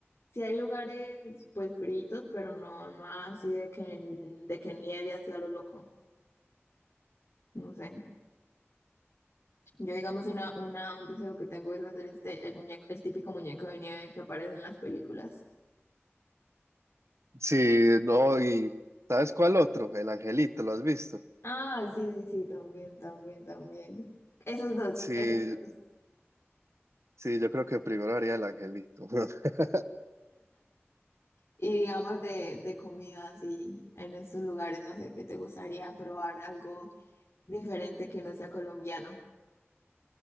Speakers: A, on the left; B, on the right.
A: Sí hay lugares pues fritos, pero no, no así de que, de que nieve así a lo loco. No sé. Yo digamos una, una, un deseo que tengo es hacer este, el muñeco, el típico muñeco de nieve que aparece en las películas.
B: Sí, no, y ¿sabes cuál otro? El Angelito, ¿lo has visto?
A: Ah, sí, sí, sí, también, también, también. Esos dos,
B: Sí,
A: esos dos.
B: sí, yo creo que primero haría el Angelito. <laughs>
A: Y digamos de, de comida así en estos lugares, no sé, qué te gustaría probar algo diferente que no sea colombiano.